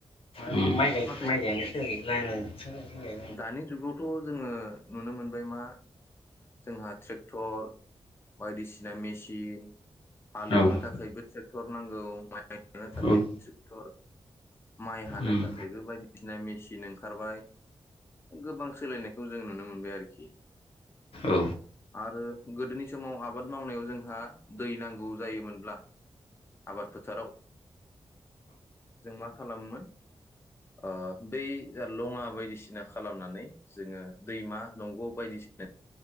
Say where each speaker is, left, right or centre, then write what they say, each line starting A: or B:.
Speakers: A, on the left (about 65°); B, on the left (about 25°).
A: उम माइ-गाय
B: नाथाय
A: माइ गायनोसो ओरैनो गाय
B: दानि जुगावथ' जोङो नुनो मोनबाय मा जोंहा ट्रेक्टर बायदिसिना मेसिन हालेवनो
A: औ
B: थाखायबो ट्रेक्टर नांगौ। माइ गाइनो थाखाय
A: औ
B: ट्रिकटर माइ हानो
A: उम
B: थाखायबो बायदिसिना मेसिन ओंखारबाय गोबां सोलायनायखौ जों नुनो मोनबाय आरोखि
A: औ
B: आरो गोदोनि समाव आबाद मावनायाव जोंहा दै नांगौ जायोमोनब्ला आबाद फो फोथाराव जों मा खालामोमोन ओ बै जा लङा बायदिसिना खालामनानै जोङो दैमा दंग' बायदिसिना